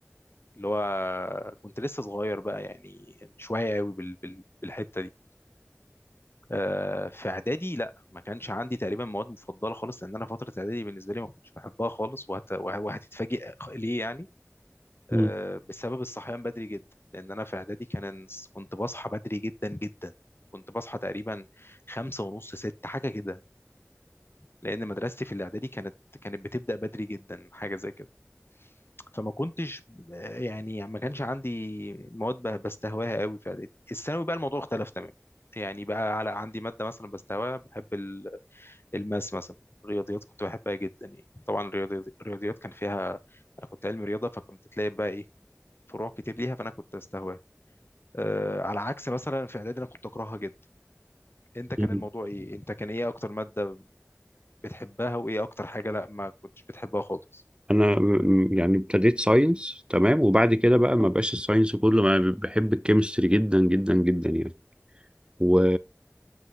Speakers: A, on the left (about 50°); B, on the right (about 20°).
A: اللي هو كنت لسه صغير بقى يعني مش واعي قوي بال... بال... بالحته دي آه، في اعدادي لا ما كانش عندي تقريبا مواد مفضله خالص لان انا فتره اعدادي بالنسبه لي ما كنتش بحبها خالص وهت... وه- وهتتفاجئ ليه يعني آه،
B: مم.
A: بسبب الصحيان بدري جدا لان انا في اعدادي كان كنت بصحى بدري جدا جدا كنت بصحى تقريبا خمسة ونص ست حاجة كده لأن مدرستي في الإعدادي كانت كانت بتبدأ بدري جدا حاجة زي كده فما كنتش يعني ما كانش عندي مواد ب- بستهواها قوي في اعدادي الثانوي بقى الموضوع اختلف تماما يعني بقى على عندي ماده مثلا بستهواها بحب ال- الماس مثلا الرياضيات كنت بحبها جدا يعني طبعا الرياضي- الرياضيات كان فيها انا كنت علم رياضه فكنت تلاقي بقى ايه فروع كتير ليها فانا كنت استهواها أه على عكس مثلا في اعدادي انا كنت اكرهها جدا انت كان
B: مم.
A: الموضوع ايه انت كان ايه اكتر ماده بتحبها وايه اكتر حاجه لا ما كنتش بتحبها خالص
B: انا م- يعني ابتديت ساينس تمام وبعد كده بقى ما بقاش الساينس كله ما ب- بحب الكيمستري جدا جدا جدا يعني و...